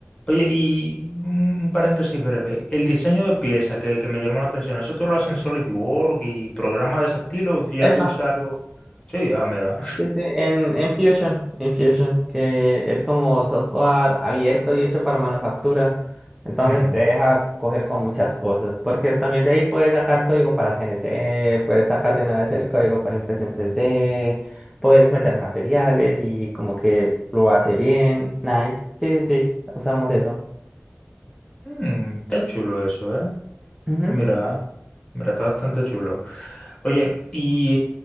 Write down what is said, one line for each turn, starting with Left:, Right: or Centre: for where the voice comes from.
Left: oye, y un un paréntesis breve. El diseño de pieza que, que me llamó la atención, ¿eso tú lo haces en SolidWorks y programas de ese estilo? ¿Ya
Centre: epa,
Left: tú usas algo? Sí, ah, mira.
Centre: Sí, sí, en, en Fusion, en Fusion, que es como software abierto y hecho para manufactura. Entonces
Left: <laughs> Ujú.
Centre: te deja coger con muchas cosas, porque también de ahí puedes sacar código para CNC, puedes sacar de una vez el código para impresión tres d puedes meter materiales y como que lo hace bien. Nice. Sí, sí, sí, usamos eso.
Left: Mm, está chulo eso, ¿eh?
Centre: Ujú,
Left: Mira, mira, está bastante chulo. Oye, y